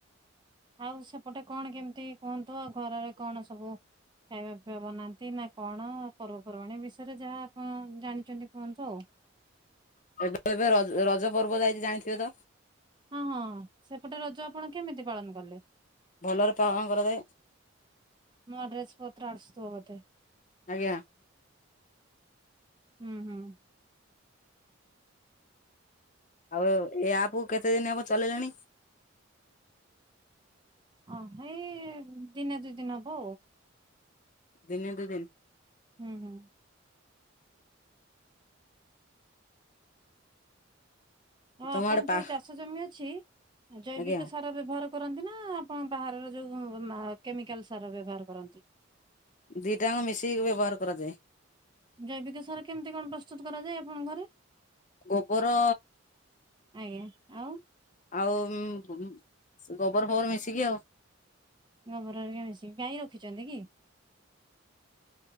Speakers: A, on the right; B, on the left.
A: ଆଉ ସେପଟେ କଣ କେମିତି କୁହନ୍ତୁ ଆଉ ଘରରେ କଣ ସବୁ ଖାଇବା ପିଇବା ବନାନ୍ତି ନା କଣ ପର୍ବପର୍ବାଣି ଏ ବିଷୟରେ ଯାହା ଆପଣ ଜାଣିଚନ୍ତି କୁହନ୍ତୁ ଆଉ।
B: ଏବେ ଏବେ ର ରଜ ପର୍ବ ଯାଇଚି ଜାଣିଥିବେ ତ?
A: ହଁ, ହଁ ସେପଟେ ରଜ ଆପଣ କେମିତି ପାଳନ କଲେ?
B: ଭଲରେ ପାଳନ କରାଯାଏ।
A: ନୂଆ ଡ୍ରେସ୍ ପତ୍ର ଆସୁଥିବ ବୋଧେ?
B: ଆଜ୍ଞା।
A: ହୁଁ, ହୁଁ।
B: ଆଉ ଏ ଆପ କୁ କେତେ ଦିନ ହବ ଚଲେଇଲେଣି?
A: ଅ ହେଇ ଦିନେ ଦୁଇ ଦିନ ହବ।
B: ଦିନେ ଦୁଇ ଦିନ?
A: ହୁଁ, ହୁଁ। ହଁ
B: ତମ
A: ଆପଣ
B: ଆଡେ
A: ଯୋଉ
B: ପା
A: ଚାଷ ଜମି ଅଛି ଜୈବିକ
B: ଆଜ୍ଞା
A: ସାର ବ୍ୟବହାର କରନ୍ତି ନା ଆପଣ ବାହାରର ଯୋଉ ଉ, ନା କେମିକାଲ ସାର ବ୍ୟବହାର କରନ୍ତି?
B: ଦିଟାଙ୍କ ମିଶେଇକି ବ୍ୟବହାର କରାଯାଏ।
A: ଜୈବିକ ସାର କେମିତି କଣ ପ୍ରସ୍ତୁତ କରାଯାଏ ଆପଣଙ୍କ ଘରେ?
B: ଗୋବର
A: ଆଜ୍ଞା ଆଉ।
B: ଆଉ ଉଁ, ଉଁ, ସେ ଗୋବର ଫୋବର ମିଶିକି ଆଉ।
A: ଗୋବର ହେରିକା ମିଶିକି। ଗାଈ ରଖିଛନ୍ତି କି?